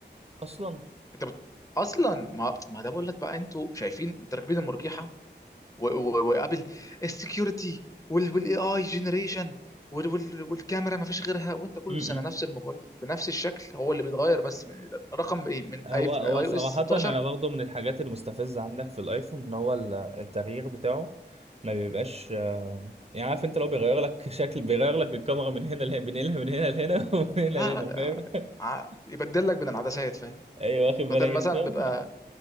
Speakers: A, on the right; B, on the left.
A: أصلا
B: انت بت... اصلا ما ما ده بقول لك بقى انتوا شايفين انت راكبين المرجحه و- و- وقابل السكيورتي والاي اي جنريشن والكاميرا ما فيش غيرها وانت كل
A: مم.
B: سنه نفس الموبايل بنفس الشكل هو اللي بيتغير بس من رقم ايه من
A: هو
B: اي
A: هو
B: اي
A: صراحة
B: او اس 16
A: أنا برضه من الحاجات المستفزة عندك في الأيفون إن هو ال- التغيير بتاعه ما بيبقاش آه، يعني عارف أنت لو بيغير لك <laughs> شكل بيغير لك الكاميرا من هنا لهنا بينقلها من هنا لهنا <laughs> ومن هنا لهنا
B: آه،
A: فاهم؟ <laughs>
B: آه، يبدل لك من العدسات فاهم
A: أيوه واخد بالك
B: بدل مثلا
A: أنت ف-
B: بيبقى